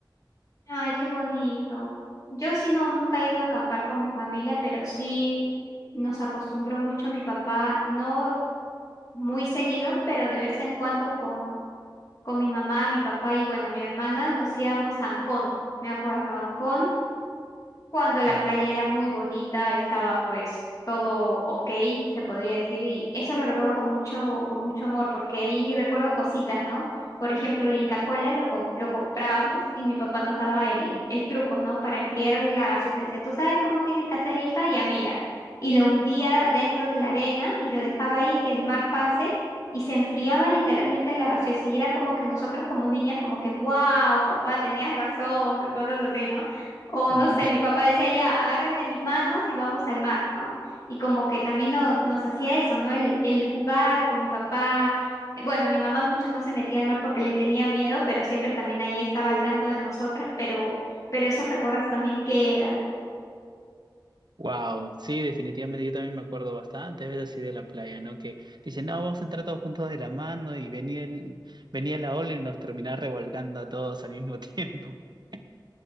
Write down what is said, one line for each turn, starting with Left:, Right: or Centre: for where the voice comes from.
Left: Ay, qué bonito. Yo sí no, nunca he ido a acampar con mi familia, pero sí nos acostumbró mucho mi papá, no muy seguido, pero de vez en cuando con, con mi mamá, mi papá y bueno, mi hermana nos íbamos a Ancón. Me acuerdo, Ancón cuando la
Right: Mira,
Left: playa era muy bonita, estaba pues todo ok, se podría decir, y eso lo recuerdo con mucho, con mucho amor, porque ahí recuerdo cositas, ¿no? Por ejemplo, la Inca Kola lo, com- lo comprábamos y mi papá nos daba el, el truco, ¿no? Para enfriar la gaseosa. Decía, tú sabes cómo tienes que hacer, hija, ya mira. Y lo hundía dentro de la arena y lo dejaba ahí que el mar pase y se enfriaba literalmente la gaseosa. Y era como que nosotros como niñas, como que, wow, papá, tenías razón, o cosas así, ¿no? O no
Right: ah,
Left: sé, mi papá decía ya, agarren de mis manos y vamos al mar, ¿no? Y como que también no- nos hacía eso, ¿no? El, el jugar con mi papá. Eh, Bueno, mi mamá mucho no se metía al mar porque le tenía miedo, pero siempre también ahí estaba al tanto de nosotras, pero, pero esos recuerdos también quedan.
Right: Wow, <laughs> sí, definitivamente yo también me acuerdo bastante veces así de la playa, ¿no? Que dicen, no, vamos a entrar todos juntos de la mano y venía el, venía la ola y nos terminaba revolcando a todos al mismo tiempo. <laughs>